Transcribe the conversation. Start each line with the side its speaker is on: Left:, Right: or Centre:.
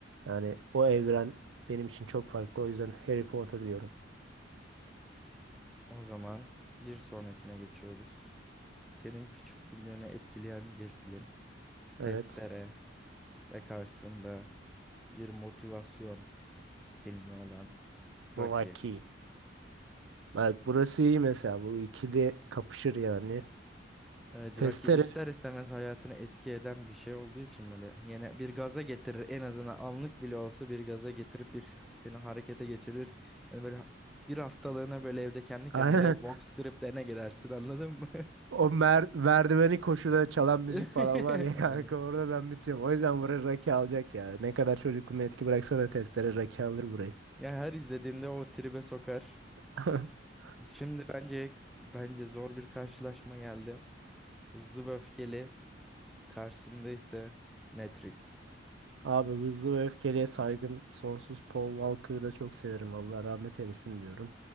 Right: Yani o evren benim için çok farklı. O yüzden Harry Potter diyorum.
Centre: O zaman bir sonrakine geçiyoruz. Senin küçüklüğünü etkileyen bir film. Testere
Right: Evet.
Centre: ve karşısında bir motivasyon filmi olan Rocky.
Right: Rocky. Bak burası iyi mesela. Bu ikili kapışır yani.
Centre: Evet
Right: Testere.
Centre: Rocky ister istemez hayatını etki eden bir şey olduğu için böyle yine bir gaza getirir en azından anlık bile olsa bir gaza getirip bir seni harekete geçirir. Yani böyle bir haftalığına böyle evde kendi kendine
Right: <laughs> Aynen.
Centre: box striplerine girersin anladın mı?
Right: O mer merdiveni koşuda çalan müzik
Centre: <laughs>
Right: falan var ya <laughs> kanka
Centre: Aynen.
Right: orada ben bitiyorum. O yüzden buraya Rocky alacak ya. Ne kadar çocukluğuma etki bıraksa da testere Rocky alır burayı.
Centre: Ya her izlediğinde o tribe sokar.
Right: <laughs>
Centre: Şimdi bence bence zor bir karşılaşma geldi. Hızlı ve öfkeli karşısında ise Matrix.
Right: Abi hızlı ve öfkeliye saygım sonsuz. Paul Walker'ı da çok severim. Allah rahmet eylesin diyorum.